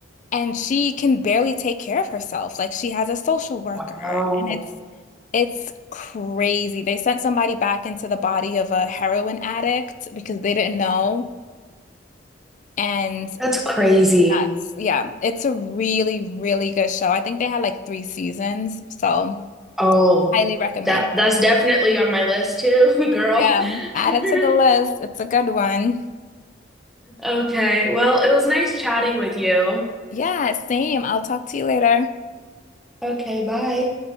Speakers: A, on the left; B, in the centre.
A: and she can barely take care of herself. Like she has a social worker,
B: Wow.
A: and it's it's crazy. They sent somebody back into the body of a heroin addict because they didn't know. And
B: That's crazy.
A: that's yeah, it's a really, really good show. I think they had like three seasons, so
B: Oh,
A: highly recommend.
B: that that's definitely on my list too, <laughs> girl.
A: Yeah, add
B: <laughs>
A: it to the list. It's a good one.
B: Okay. Well, it was nice chatting with you.
A: Yeah, same. I'll talk to you later.
B: Okay, bye.